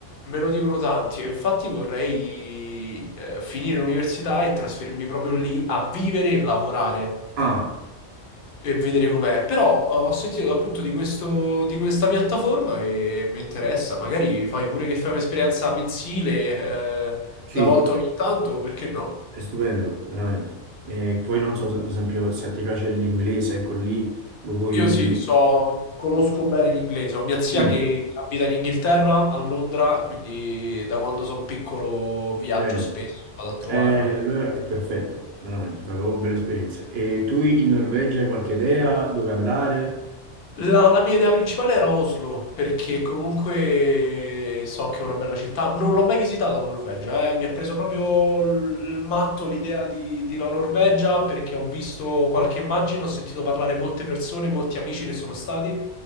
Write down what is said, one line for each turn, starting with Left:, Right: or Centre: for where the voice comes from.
Left: Me lo dicono tanti e infatti vorrei eh, finire l'università e trasferirmi proprio lì a vivere e lavorare
Right: Ah,
Left: e vedere com'è. Però eh, ho sentito appunto di questo, di questa piattaforma e mi interessa. Magari fai pure che fai un'esperienza mensile eh,
Right: sì,
Left: una volta ogni tanto, perché no?
Right: È stupendo, veramente. E poi non so, se- per esempio, se ti piace l'inglese, ecco lì lo puoi...
Left: Io sì, so, conosco bene l'inglese. Ho mia zia
Right: Mm,
Left: che abita in Inghilterra, a Londra, quindi da quando sono piccolo viaggio
Right: bene.
Left: spesso e vado a trovarla.
Right: Eh, allora è perfetto, veramente, fai proprio belle esperienze. E tu in Norvegia hai qualche idea dove andare?
Left: La, la mia idea principale era Oslo, perché comunque so che è una bella città. Non l'ho mai visitata la Norvegia, eh. Mi ha preso proprio l- il matto l'idea di, di la Norvegia, perché ho visto qualche immagine, ho sentito parlare molte persone, molti amici che sono stati,